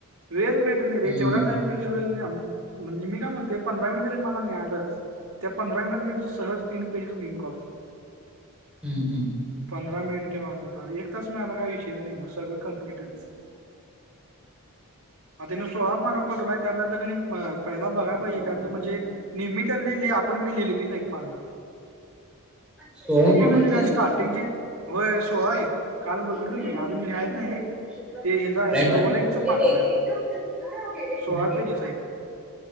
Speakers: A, on the right; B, in the centre.
A: वेळच भेट <unintelligible> रे
B: हम्म
A: जेवढा टाइम भेटतो रोज म्हणजे मी काय म्हणतो पंधरा मिनिट तरी मला मिळालं. त्या पंधरा मिनिटात मी सहज तीन पेजेस लिहून काढतो.
B: हं हं.
A: पंधरा मिनिट किंवा अर्धा तास एक तास मिळाला काय विषयच नाही मग सगळं कंप्लीटच. आ त्यानं सोळा पान पाठवला त्यातलं त कनाय हो पहिला बघायला पाहिजे त्यातली म्हणजे निम्मी त्यातली आपण की लिहिलेलीच आहेत पान.
B: सोळा पान
A: म्हणजे
B: आहेत
A: काय
B: ते?
A: स्टार्टिंगचे होय सोळा
B: <inaudible> <unintelligible>
A: आहेत काल बघितलो मी अजून लिहायचं नाही ते ह्याचा आहे सर ओलेंडचं पाठवलं आहे सोळा पेजेस आहेत.